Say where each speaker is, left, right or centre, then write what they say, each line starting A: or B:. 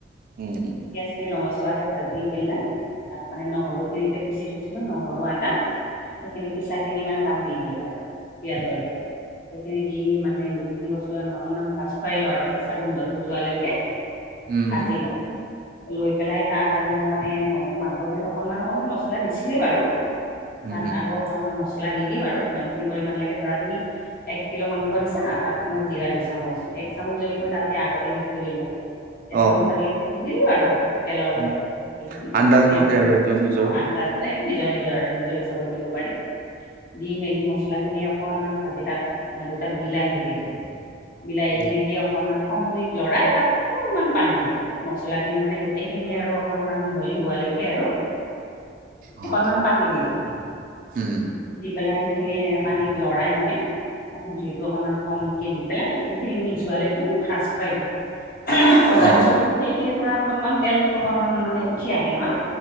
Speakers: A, on the right (about 45°); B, on the left (about 50°).
A: উম উম
B: পিয়াজ খিনি ৰঙচুৱা কে ভাজি পেলাই তাত মানে নহৰু খিনি যে পিচি থৈছিলো নহ নহৰু আদা সেইখিনি পিচা খিনি মানে তাত দি দিওঁ আৰু পিয়াজৰ লগত সেইখিনি দি মানে দুইখিনি বস্তু অকনমান ভাজ খুৱাই লওঁ আৰু কেঁচা গোন্ধটো যোৱালৈকে
A: উম,
B: ভাজি লওঁ। লৈ পেলাই তাত আৰু মানে মইতো মাংসখিনিত অকণমান অকণমান মছলা দিছিলোৱেই বাৰু
A: উম।
B: তাত আৰু অকনমান মছলা দি দিওঁ আৰু যিমানখিনি পৰিমাণ লাগে ধৰা তুমি এক কিলো মাংস দিছা তাত মই জিৰা দুচামুচ এক চামুচ যদি মই তাতে আগতে দি থৈ দিলো। এচামুচ
A: অ',
B: আৰু ইয়াতে দিদিলো আৰু তেলৰ
A: উম,
B: লগতে বাকীখিনি
A: আন্দাজ
B: পিয়াজ
A: মতে আৰু এইটো নিজৰ।
B: অ আন্দাজে নিজৰ নিজৰ নিজৰ হিচাপত দিব পাৰি দি মেলি মছলা খিনি অকনমান ভাজি তাত দুটা বিলাহী দিলো বিলাহী
A: উম,
B: খিনি দি অকনমান কম জুইত লৰাই তাত অক অকনমান পানী দিলো মছলা খিনি মানে গোটেই খিনি আৰু অকনমান মিহলি হোৱালৈকে আৰু।
A: অ',
B: অকনমান পানী দি দিওঁ
A: উম,
B: দি পেলাই সেইখিনি পানীত লৰাই মানে অক জুইটো অকনমান কমকে দি পেলাই সেইখিনি মিক্স যোৱালৈকে মানে ভাজ খুৱাই দিওঁ। ভজাৰ
A: অ,
B: পিছত মানে সেইখিনিৰ পৰা অকনমান তেলতটো অকনমান মানে উঠি আহে নহয়।